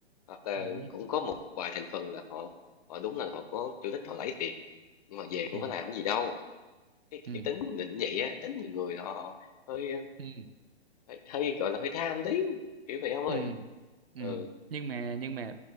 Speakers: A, on the left; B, on the right.
A: Hoặc là
B: đúng
A: cũng có một vài thành phần là họ họ đúng là họ có chủ đích họ lấy thiệt, nhưng mà về cũng
B: ừ
A: có làm gì đâu cái,
B: ừ
A: cái tính định vậy á tính nhiều người họ hơi
B: ừ
A: hơi, hơi gọi là hơi tham tí kiểu vậy ông ơi
B: ừ ừ
A: ừ
B: nhưng mà nhưng mà